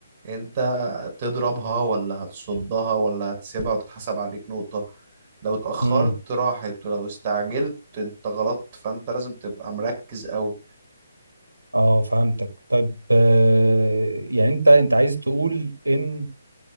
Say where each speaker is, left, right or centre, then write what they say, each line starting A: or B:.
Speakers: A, on the right (about 35°); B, on the right (about 90°).
A: انت تضربها ولا هتصدها ولا هتسيبها وتتحسب عليك نقطة لو اتأخرت
B: يعني
A: راحت ولو استعجلت انت غلطت فانت لازم تبقى مركز قوي
B: اه فهمتك طيب آه، يعني انت انت عايز تقول ان